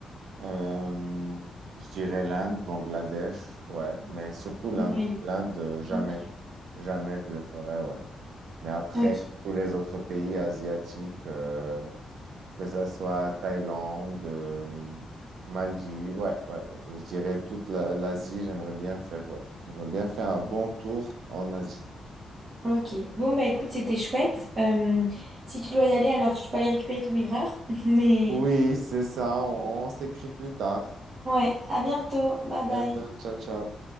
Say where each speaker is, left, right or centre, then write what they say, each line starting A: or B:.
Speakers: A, on the right; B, on the right.
A: Euh, je dirais l'Inde, Bangladesh, ouais, mais surtout l'Inde.
B: Oui,
A: L'Inde, euh, jamais.
B: ok.
A: Jamais je le ferai, ouais. Mais après,
B: Ok,
A: tous les autres pays asiatiques, euh, que ça soit Thaïlande, euh, Maldives, ouais, ouais, je dirais toute la- l'Asie, j'aimerais bien faire, ouais, j'aimerais bien faire un bon tour en Asie.
B: ok. Bon bah écoute, c'était chouette. Euh, si tu dois y aller, alors tu peux aller récupérer ton livreur. <laughs> Mais
A: Oui, c'est ça, on on s'écrit plus tard.
B: ouais, à bientôt. Bye
A: Bientôt,
B: bye.
A: ciao, ciao.